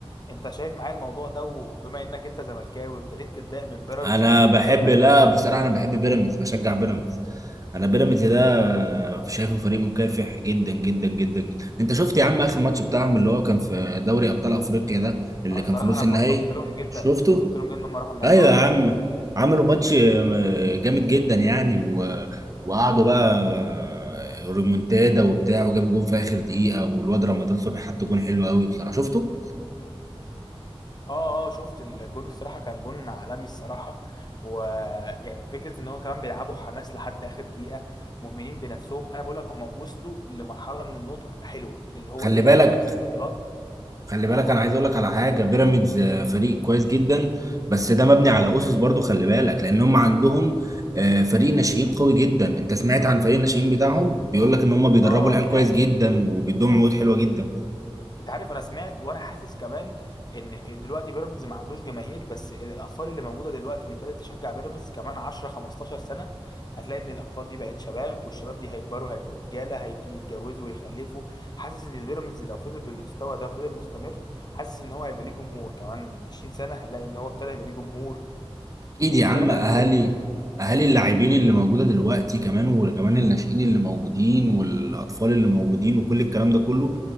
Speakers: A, on the left; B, on the right.
A: انت شايف معايا الموضوع ده وبما انك انت زملكاوي ابتديت تتضايق من بيراميدز
B: انا
A: وتغيير
B: بحب
A: ولا
B: لا
A: انت ايه؟
B: بصراحه انا بحب بيراميدز بشجع بيراميدز انا بيراميدز ده شايفه فريق مكافح جدا جدا جدا جدا انت شفت يا عم اخر ماتش بتاعهم اللي هو كان في دوري ابطال افريقيا ده اللي
A: اه الصراحه
B: كان في نص
A: انا اتبسطت
B: النهائي
A: لهم جدا
B: شفته
A: اتبسطت لهم جدا لما راحوا النهائي
B: ايوه
A: اه
B: يا
A: شفته
B: عم عملوا ماتش جامد جدا يعني و... وقعدوا بقى ريمونتادا وبتاع وجاب جون في اخر دقيقه والواد رمضان صبحي حط جون حلو قوي بصراحه شفته
A: اه اه شفت الجون الصراحه كان جون عالمي الصراحه ويعني فكره ان هو كمان بيلعبوا حماس لحد اخر دقيقه مؤمنين بنفسهم انا بقول لك هم وصلوا لمرحله من النضج حلوه اللي هو
B: خلي
A: ايه
B: بالك
A: انا هكسب بطولات
B: خلي بالك
A: قول
B: انا عايز
A: لي
B: اقول لك على حاجه بيراميدز آه، فريق كويس جدا بس ده مبني على اسس برضو خلي بالك لان هم عندهم آه، فريق ناشئين قوي جدا انت سمعت عن فريق الناشئين بتاعهم بيقول لك ان هم بيدربوا
A: اه
B: العيال
A: سمعت
B: كويس جدا وبيدوهم عقود حلوه جدا
A: انت عارف انا سمعت وانا حاسس كمان ان دلوقتي بيراميدز ما عندوش جماهير بس الاطفال اللي موجوده دلوقتي اللي ابتدت تشجع بيراميدز كمان 10 15 سنه هتلاقي ان الاطفال دي بقت شباب والشباب دي هيكبروا هيبقوا رجاله هيجي يتجوزوا ويخلفوا حاسس ان بيراميدز لو فضل بالمستوى ده وفضل مستمر حاسس ان هو هيبقى ليه جمهور كمان 20 سنه هنلاقي ان هو ابتدى يبقى ليه جمهور
B: اكيد
A: وابتدى
B: يا عم
A: بقى
B: اهالي
A: فيه بيراميدز
B: اهالي اللاعبين اللي موجوده دلوقتي كمان وكمان الناشئين اللي موجودين والاطفال اللي موجودين وكل الكلام ده كله